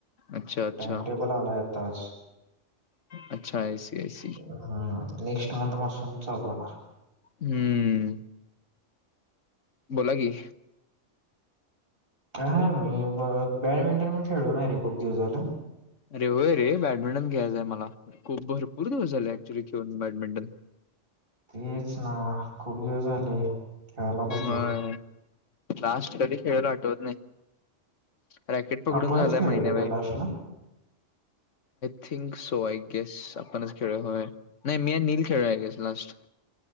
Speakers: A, on the left; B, on the right.
A: अच्छा अच्छा
B: टाइम टेबल आला आता आज
A: अच्छा ऐसी ऐसी.
B: हम्म नेक्स्ट मंथ पासून चालू होणार.
A: हम्म बोला की,
B: काय ना बॅडमिंटन पण खेळलो नाही रे खूप दिवस झाल.
A: अरे होय रे, बॅडमिंटन खेळाचंय मला खूप भरपूर दिवस झाले ऍक्च्युली खेऊन बॅडमिंटन.
B: तेच ना, खूप वेळ झाले खेळायला पाहिजे.
A: होय लास्ट कधी खेळेलो आठवत नाही. रॅकेट पकडून
B: आपणच
A: झालाय,
B: खेळवलं
A: महिना
B: काय
A: भाई.
B: लास्टला
A: थिंक सो आय गेस आपणच खेळलो होय. नाही मी आणि नील खेळलाय गेस लास्ट,